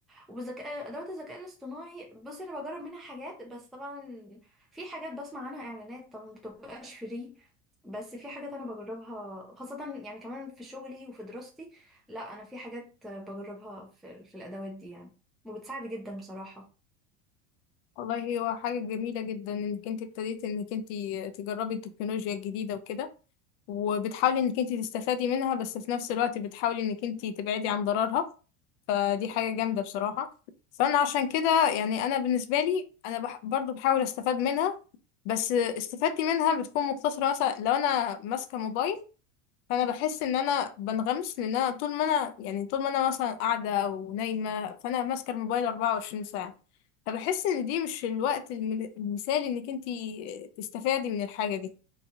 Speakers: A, in the centre; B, on the left.
A: وبذكاء ادوات الذكاء الاصطناعي بصي انا بجرب منها حاجات بس طبعا في حاجات بسمع عنها اعلانات طبعا ما بتبقاش فري بس في حاجات انا بجربها خاصة يعني كمان في شغلي وفي دراستي لا انا في حاجات بجربها في, في الادوات دي يعني وبتساعد جدا بصراحة
B: والله هو حاجة جميلة جدا انك انتي ابتديتي انك انتي تجربي التكنولوجيا الجديدة وكده وبتحاولي انك انتي تستفادي منها بس في نفس الوقت بتحاولي انك انتي تبعدي عن ضررها فدي حاجة جامدة بصراحة فأنا عشان كده يعني أنا بالنسبة لي أنا بح برضو بحاول أستفاد منها بس استفادتي منها بتكون مقتصرة مثلا لو أنا ماسكة موبايل فأنا بحس إن أنا بنغمس لأن أنا طول ما أنا يعني طول ما أنا مثلا قاعدة أو نايمة فأنا ماسكة الموبايل 24 ساعة فبحس إن دي مش الوقت الم- المثالي إنك انتي تستفادي من الحاجة دي